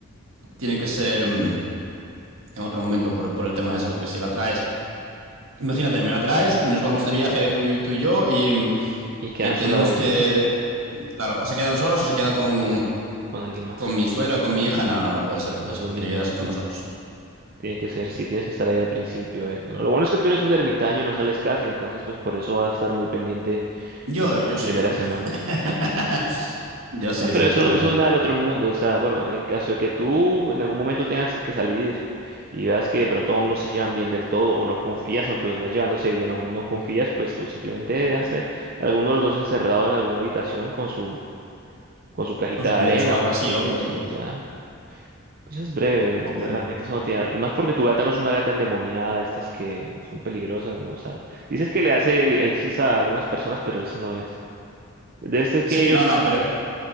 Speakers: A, on the right (about 70°); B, on the right (about 40°).
A: tiene que ser mm, en otro momento por, por el tema ese, porque si la traes, imagínate, me la traes y nos vamos de viaje tú, y- tú y yo y, mm,
B: Y quedan
A: y tenemos
B: solas
A: que, claro, o se quedan solos o se quedan con,
B: con alguien más.
A: con mi suegro con mi hija, no, no, no puede ser,
B: No
A: no puede
B: es
A: ser,
B: lo mismo,
A: tiene que quedarse
B: sí.
A: con nosotros.
B: Tiene que ser, sí, tienes que estar ahí al principio. eh. Lo bueno es que tú eres un ermitaño y no sales casi, entonces pues por eso vas a estar muy pendiente
A: Yo,
B: las
A: yo sí,
B: primeras
A: yo,
B: semanas.
A: <laughs> yo sí,
B: No, pero
A: sí,
B: eso,
A: obvio.
B: eso no es nada del otro mundo. O sea, bueno, en caso de que tú en algún momento tengas que salir y veas que de pronto aún no se llevan bien del todo o no confías, aunque los veas llevándose bien, aún no confías, pues tú simplemente dejas eh, a alguno de los dos encerrado en alguna habitación con su, con su cajita
A: Con su comida
B: de arena
A: y su agua,
B: o con
A: sí,
B: su
A: obvio,
B: silla.
A: obvio.
B: Pues es breve,
A: O- Obvio,
B: realmente
A: obvio.
B: eso no tiene. Y más porque tu gata no es una gata endemoniada, de estas que son peligrosas, ¿no? O sea, dices que le hace el, el gis a algunas personas, pero eso no es. De este es que
A: Sí,
B: ellos.
A: no, no, pero,